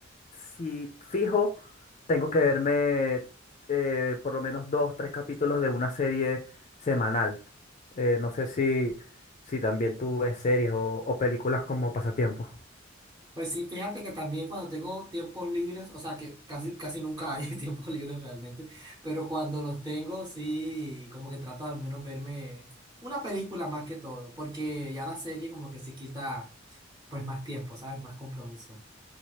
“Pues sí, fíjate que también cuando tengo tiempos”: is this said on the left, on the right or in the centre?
Right